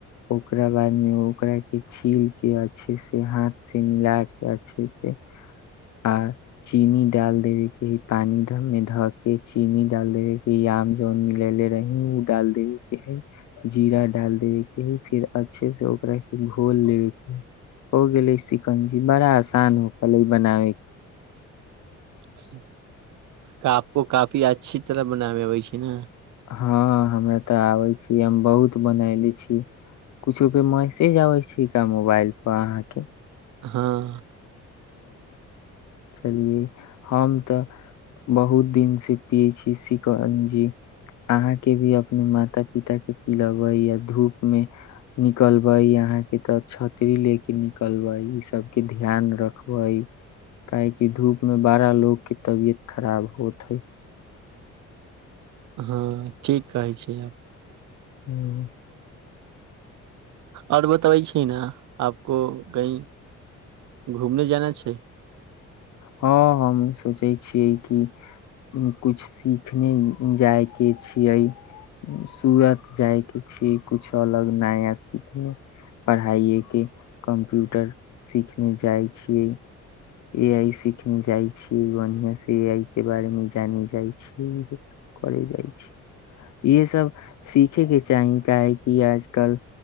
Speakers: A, on the left; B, on the right.
A: ओकरा बाद मे ओकरा के छील के अच्छे से हाथ से मिला के अच्छे से आ चीनी डाल देबे के है पानी मे धऽ के चीनी डाल देबे के है आम जन मिलेले रही ओ डाल देबे के है जीरा डाल देबे के है फिर अच्छे से ओकरा के घोल देब हो गेलै सिकंजी बड़ा शान हो पल बनाब
B: <unintelligible> कपको काफी अच्छी तरा बनाब मे अबै छै ने
A: हँ हमरा तऽ आबै छी हम बहुत बनयले छी किछो पे मैसेज आबै छिका मोबाइलपर अहाँके
B: हँ
A: चलियै हम तऽ बहुत दिनसँ पियै छी सिकंजी अहाँके भी अपने माता पिताके पिलेबै या धूपमे निकलबै अहाँके तऽ छतरी लऽ कऽ निकलबै इसभके ध्यान रखबै काहेकि धूपमे बड़ा लोकोगके तबियत खराब होत हइ
B: हँ ठीक कहै छी आब
A: ह्म
B: आओर बतबै छी न आब को कही घूमने जाना छै
A: हँ हम सोचै छियै कि कुछ सिखने जाय के छियै सरत जाय के छियै कुछु अलग नया सीखने पढ़ाइए के कम्प्यूटर सिखने जाइ छियै ए ख जाइ छी बढ़िआँ से ए आइ के बारे मे जानी जाइ छी इहे सब करे जाइ छी इहे सब सीखे के चाही काहेकि आजकल